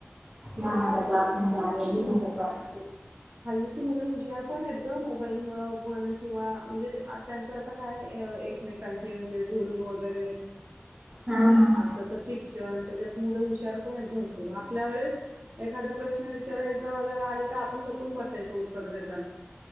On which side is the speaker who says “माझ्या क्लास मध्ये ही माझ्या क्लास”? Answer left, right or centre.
Right